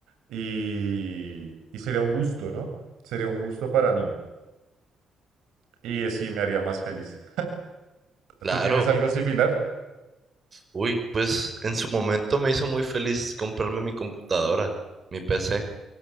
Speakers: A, on the right; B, on the right.
A: Y, y sería un gusto, ¿no? Sería un gusto para mí. Y eh, sí, me haría más feliz.
B: Claro.
A: ¿Tú tienes algo similar?
B: Uy, pues en su momento me hizo muy feliz comprarme mi computadora, mi PC.